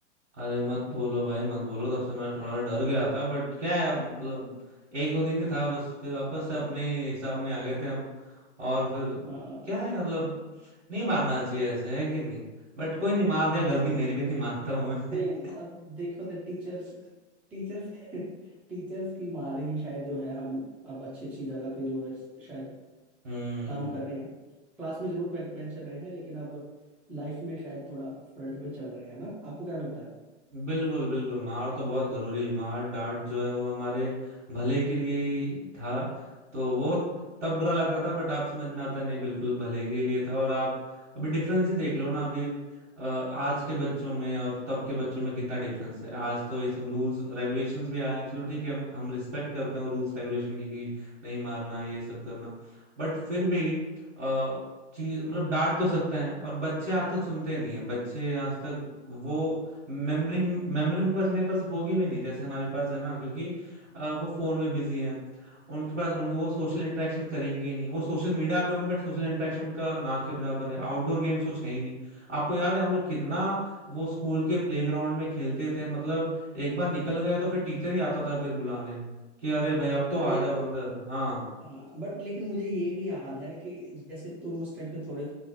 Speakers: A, on the right (about 80°); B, in the centre.
A: अरे मत बोलो भाई मत बोलो तब से मैं थोड़ा डर गया था बट क्या है मतलब एक दो दिन ही था बस फिर वापस से अपने हिसाब में आ गए थे हम और फिर
B: हाँ
A: क्या है मतलब नहीं मारना चाहिए ऐसे है कि नहीं बट कोई नहीं मार दिया गलती मेरी भी थी मानता हूँ मैं
B: नहीं
A: <laughs>
B: अब देखो तो टीचर्स टीचर्स <laughs> के टीचर्स की मार ही शायद जो है हम अब अच्छी अच्छी जगह पे जो है शायद
A: हम्म
B: काम कर रहे हैं क्लास में जरूर बैक बेंचर रहे हैं लेकिन अब लाइफ में शायद थोड़ा फ्रंट पे चल रहे हैं ना आपको क्या लगता है
A: बिल्कुल बिल्कुल मार तो बहुत जरूरी मार डांट जो है वो हमारे भले के लिए ही था तो वो तब बुरा लगता था बट आप समझ में आता है, नहीं बिल्कुल भले के लिए था और आप अभी डिफरेंस ही देख लो ना अभी अ, आज के बच्चों में और तब के बच्चों में कितना डिफरेंस है आज तो ये सब रूल्स रेगुलेशंस भी आए हैं चलो ठीक है हम, हम रिस्पेक्ट करते हैं वो रूल्स रेगुलेशन की कि नहीं मारना है ये सब करना बट फिर भी अ, चीज मतलब डांट तो सकते हैं और बच्चे आजकल सुनते नहीं है बच्चे आज तक वो मेमोरी मेमोरी उनके पास मेरे पास होगी भी नहीं जैसे हमारे पास है ना क्योंकि अ, वो फोन में बिजी हैं उनके पास उन वो सोशल इंटरेक्शन करेंगे ही नहीं वो सोशल मीडिया पे होंगे बट सोशल इंटरेक्शन उनका ना के बराबर है आउटडोर गेम्स कुछ है ही नहीं आपको याद है हम लोग कितना वो स्कूल के प्लेग्राउंड में खेलते थे मतलब एक बार निकल गया तो फिर टीचर ही आता था फिर बुलाने कि अरे भाई अब तो
B: अरे
A: आ जाओ अंदर हाँ
B: हाँ बट लेकिन मुझे ये भी याद है कि जैसे तुम उस टाइम पे थोड़े